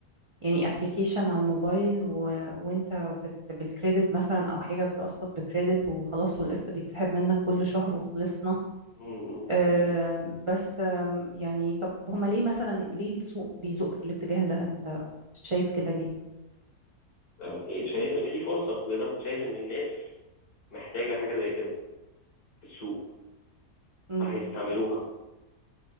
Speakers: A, on the right; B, on the left.
A: يعني ابلكيشن على الموبايل و... وانت بت... بالكريدت مثلا او حاجه بتقسط بكريدت وخلاص والقسط بيتسحب منك كل شهر وخلصنا
B: م- م.
A: آه، بس آم، يعني طب هما ليه مثلا ليه السوق بيزق في الاتجاه ده انت شايف كده ليه
B: آه، إيه، شايف ان في فرصه لده شايف ان الناس محتاجه حاجه زي كده في السوق
A: امم
B: فهيستعملوها